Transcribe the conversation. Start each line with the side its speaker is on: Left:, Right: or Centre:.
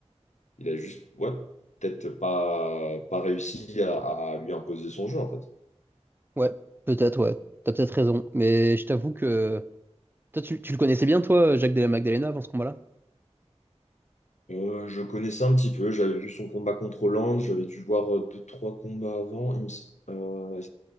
Left: il a juste, ouais, peut-être pas, pas réussi à, à lui imposer son jeu en fait.
Right: Ouais, peut-être, ouais. T'as peut-être raison. Mais je t'avoue que. Toi, tu, tu le connaissais bien, toi, Jack Della Magdalena, avant ce combat-là?
Left: Euh, je connaissais un petit peu. J'avais vu son combat contre Hollande. J'avais dû voir euh, deux, trois combats avant. Il me s- euh,